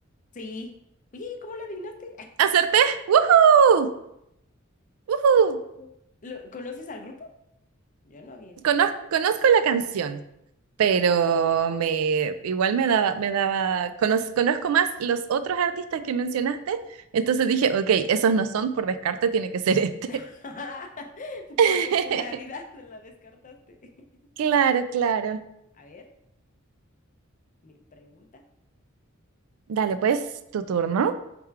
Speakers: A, on the left; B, on the right.
A: Sí. Oye, ¿y cómo lo adivinaste?
B: ¿Acerté? ¡Woohoo! ¡Woohoo!
A: <laughs> ¿Lo- ¿conoces al grupo? Yo no había escuchado.
B: Conoz- conozco la canción. pero me igual me daba, me daba, conoz- conozco más los otros artistas que mencionaste, entonces dije, ok, esos no son, por descarte tiene que ser este.
A: <laughs>
B: <laughs>
A: Por popularidad la descartaste. <laughs>
B: Claro, claro.
A: A ver, mi pregunta.
B: Dale, pues, tu
A: Ujú.
B: turno.